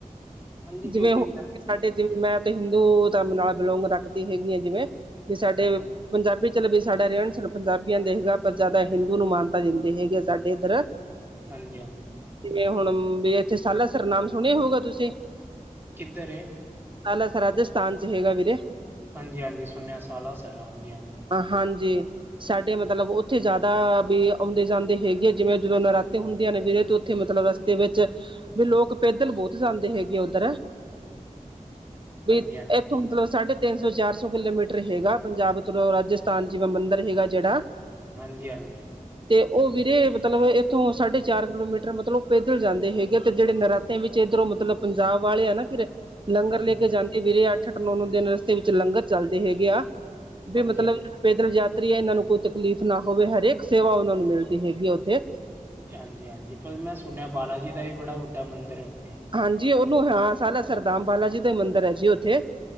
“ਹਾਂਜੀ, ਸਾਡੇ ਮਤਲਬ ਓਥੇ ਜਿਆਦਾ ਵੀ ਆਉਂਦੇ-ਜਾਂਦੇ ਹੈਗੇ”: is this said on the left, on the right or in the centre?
Right